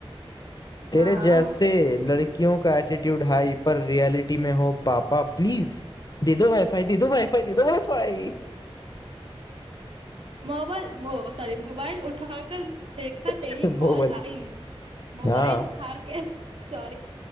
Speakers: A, on the left; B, on the right.
A: तेरे
B: हाँ
A: जैसे लड़कियों का एटीट्यूड हाई पर रियलिटी में हो पापा प्लीज दे दो वाईफाई दे दो वाईफाई दे दो वाईफाई
B: मोबाइल मो सॉरी मोबाइल उठाकर देखा
A: <laughs>
B: तेरी
A: मोबाइल
B: कॉल आई मोबाइल
A: हाँ
B: उठा के <laughs> सॉरी